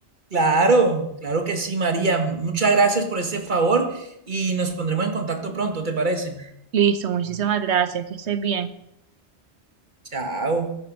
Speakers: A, on the right (about 45°); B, on the right (about 75°).
A: Claro, claro que sí, María. Muchas gracias por este favor y nos pondremos en contacto pronto, ¿te parece?
B: Listo, muchísimas gracias, que estés bien.
A: Chao.